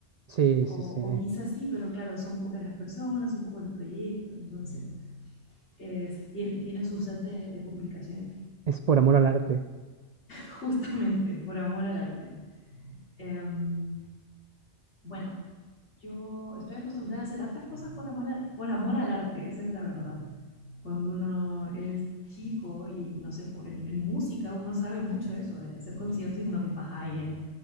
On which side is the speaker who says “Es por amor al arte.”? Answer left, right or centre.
Right